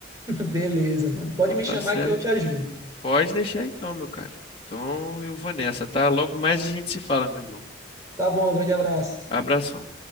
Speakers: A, on the right; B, on the left.
A: <laughs> Beleza, mano, pode
B: Então
A: me
B: tá
A: chamar
B: certo.
A: que eu te ajudo.
B: Pode deixar então, meu caro. Então eu vou nessa, tá? Logo mais a gente se fala, meu irmão.
A: Tá bom, grande abraço.
B: Abração.